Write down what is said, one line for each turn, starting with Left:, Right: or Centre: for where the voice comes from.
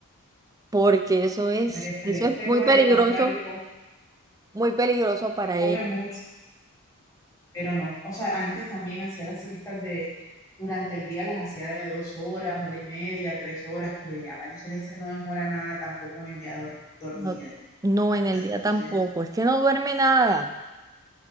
Right: porque eso es,
Left: María Celeste,
Right: eso es muy
Left: por
Right: peligroso,
Left: el contrario, com-
Right: muy peligroso para
Left: come,
Right: él.
Left: mucho, pero no, o sea, antes también hacía las siestas de, durante el día las hacía de dos horas, hora y media, tres horas, pero ya María Celeste no demora nada tampoco en el día dor- dormida,
Right: No, no, en el
Left: entonces,
Right: día tampoco, es que no duerme nada.